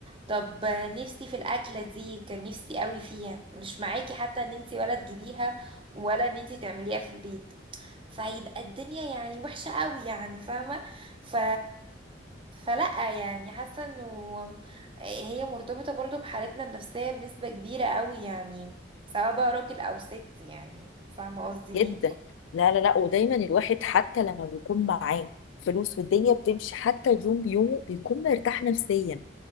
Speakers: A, on the right; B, on the left.
A: طب نفسي في الأكلة دي كان نفسي قوي فيها مش معاكي حتى ان انت ولا تجيبيها ولا ان انت تعمليها في البيت فهيبقى الدنيا يعني وحشة قوي يعني فاهمة ف فلا يعني حاسة انه هي مرتبطة برضو بحالتنا النفسية بنسبة كبيرة قوي يعني سواء بقى راجل او ست يعني فاهمة قصدي
B: جدا
A: ايه
B: لا لا لا ودايما الواحد حتى لما بيكون معاه فلوس والدنيا بتمشي حتى اليوم بيومه بيكون مرتاح نفسيا